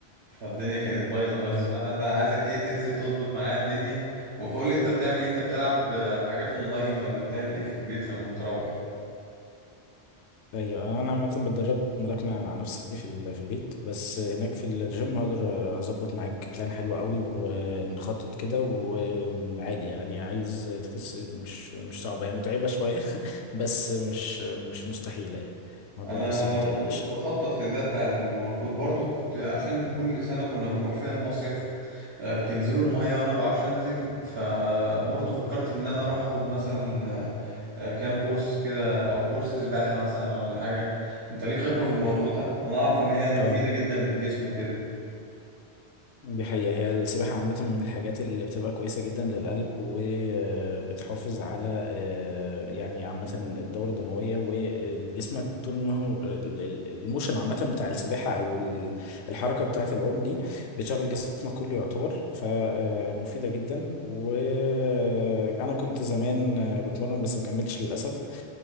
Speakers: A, on the right; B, on the left.
A: فالدنيا كانت بايظه خالص
B: هي-
A: معانا انا عايزك ايه تنزل تظبط معايا الدنيا وتقول لي انت بتعمل ايه انت بتلعب حاجات اونلاين ولا بتعمل ايه في البيت لما بتروح
B: أيوة أنا عامة بتدرب ملاكمة مع نفسي في ال- في البيت بس هناك في الجيم هقدر أظبط معاك بلان حلو قوي ونخطط كده وعادي يعني عايز تخس مش مش صعبة هي متعبة شوية <laughs> بس مش مش مستحيلة يعني الموضوع
A: انا
B: بسيط ما
A: كنت
B: تقلقش
A: بخطط لده فعلا وكنت برضو كنت عشان كل سنه كنا بنروح فيها المصيف آه، بتنزلوا المية وانا ما بعرفش انزل فبرضه فكرت ان انا اروح
B: مم.
A: اخد مثلا آه، آه، كام كورس كده او كورس سباحة مثلا ولا حاجة انت ليه خبرة في الموضوع
B: أيوة.
A: ده انا اعرف ان هي مفيدة
B: اه
A: جدا للجسم وكده
B: دي حقيقة هي السباحة عامة من الحاجات اللي بتبقى كويسة جدا للقلب وبتحافظ على آه، يعني عامة الدورة الدموية وجسمك طول ما هو ال- ال- الموشن عامة بتاع السباحة أو ال- الحركة بتاعة العوم دي بتشغل جسمك كله يعتبر فمفيدة جدا وأنا كنت زمان آه، بتمرن بس ما كملتش للأسف